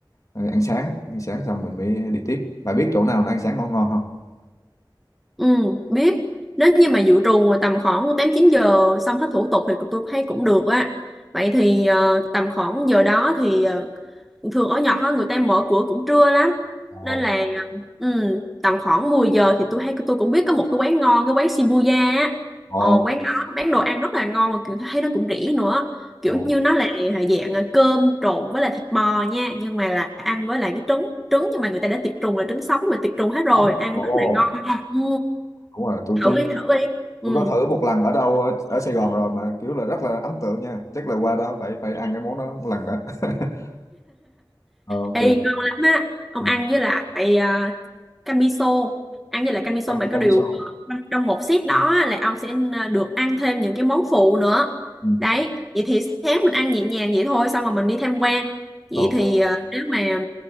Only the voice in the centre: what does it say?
Ừ, biết. Nếu như mà dự trù tầm khoảng tám chín giờ xong hết thủ tục thì tôi thấy cũng được á. Vậy thì ờ, tầm khoảng giờ đó thì ờ, thường ở Nhật á, người ta mở cửa cũng trưa lắm.
Nên là ừ, tầm khoảng 10 giờ thì tôi thấy tôi cũng biết có một cái quán ngon, cái quán Shibuya á.
Ờ, quán đó bán đồ ăn rất là ngon mà kiểu thấy nó cũng rẻ nữa. Kiểu
như nó là dạng ờ, cơm trộn với lại thịt bò nha, nhưng mà là ăn với lại cái trứng trứng nhưng mà người ta đã tiệt trùng là trứng sống mà tiệt trùng hết rồi,
ăn
rất là ngon. Ừ
thử
đi thử đi ừ
Ê, ngon lắm á ông
ăn với lại à, canh miso ăn với lại canh miso
mà
có điều
ờ, trong, trong một set đó á, là ông sẽ à, được ăn thêm những cái món phụ nữa
đấy vậy thì sáng mình ăn nhẹ nhàng vậy thôi xong rồi mình đi tham quan vậy
thì à, nếu mà